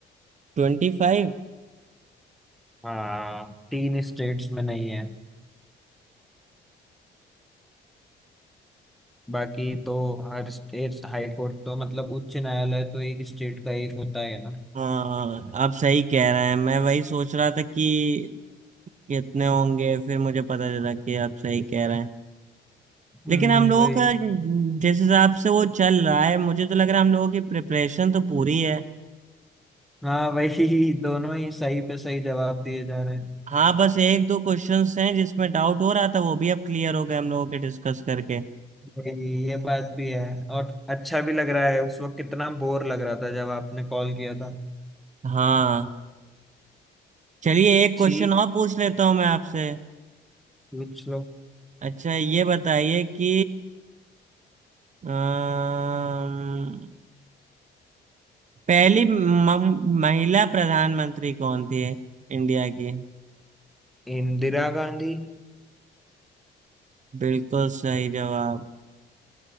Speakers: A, on the right; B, in the centre.
A: ट्वेंटी फाइव
B: हाँ तीन स्टेट्स में नहीं है बाकी तो हर स्टेट हाई कोर्ट तो मतलब उच्च न्यायालय तो एक स्टेट का एक होता है ना
A: हाँ आप सही कह रहे हैं मैं वही सोच रहा था कि कितने होंगे फिर मुझे पता चला कि आप सही कह रहे हैं
B: हम्म
A: लेकिन हम लोगों
B: वही
A: का जिस हिसाब से वो चल रहा है मुझे तो लग रहा है हम लोगों की प्रिपरेशन तो पूरी है
B: हाँ वही <laughs> दोनों ही सही पे सही जवाब दिए जा रहे हैं
A: हाँ बस एक दो क्वेश्चंस हैं जिसमें डाउट हो रहा था वो भी अब क्लियर हो गए हम लोगों के डिस्कस करके
B: भाई ये बात भी है और अच्छा भी लग रहा है उस वक्त कितना बोर लग रहा था जब आपने कॉल किया था
A: हाँ चलिए एक क्वेश्चन
B: ठीक
A: और पूछ लेता हूँ मैं आपसे
B: पूछ लो
A: अच्छा ये बताइए कि अम्म, पहली मम- महिला प्रधानमंत्री कौन थी इंडिया की
B: इंदिरा गांधी
A: बिल्कुल सही जवाब